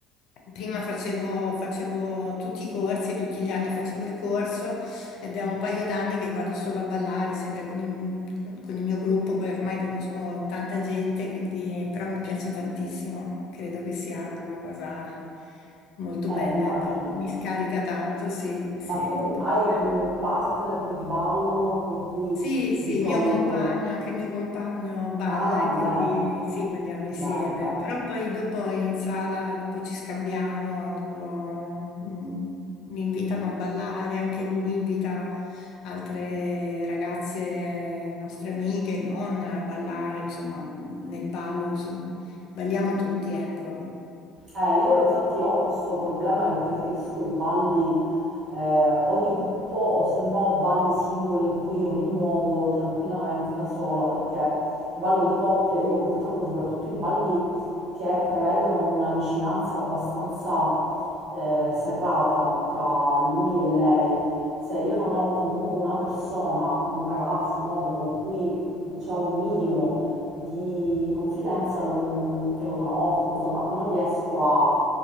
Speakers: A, on the left; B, on the right.
A: Prima facevo, facevo tutti i corsi, tutti gli anni facevo il corso ed è un paio d'anni che vado solo a ballare, sempre con il, con- con il mio gruppo, poi ormai conosco tanta gente, quindi però mi piace tantissimo, credo che sia una cosa molto
B: eh,
A: bella
B: immagino.
A: e poi mi scarica tanto, sì, sì,
B: Ma tu
A: è proprio
B: hai
A: bello.
B: un partner di ballo con cui
A: Sì, sì,
B: di solito...
A: il mio compagno, anche il mio compagno balla
B: Ah,
A: e
B: bene,
A: quindi sì, balliamo insieme,
B: bene, bene.
A: però poi dopo in sala, dopo ci scambiamo, dopo mm, mi invitano a ballare, anche lui invita altre ragazze, nostre amiche, non a ballare, insomma, nel ballo, insomma, balliamo tutti, ecco,
B: Eh, io infatti ho questo problema che preferisco i balli eh, o di gruppo o se no balli singoli in cui io mi muovo tranquillamente da sola perché il ballo di coppia, io purtroppo soprattutto i balli che prevedono una vicinanza abbastanza eh, serrata tra lui e lei, se io non ho comunque una persona, un ragazzo, un uomo con cui c'è un minimo di confidenza non- che lo conosco, insomma, non riesco a,